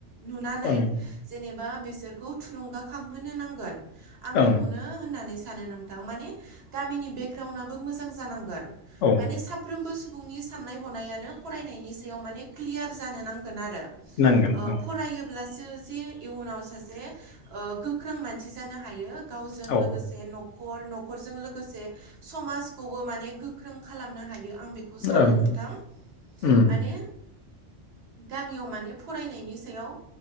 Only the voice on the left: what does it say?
ओं
ओं
औ
नांगोन
ओं
औ
ओं
उम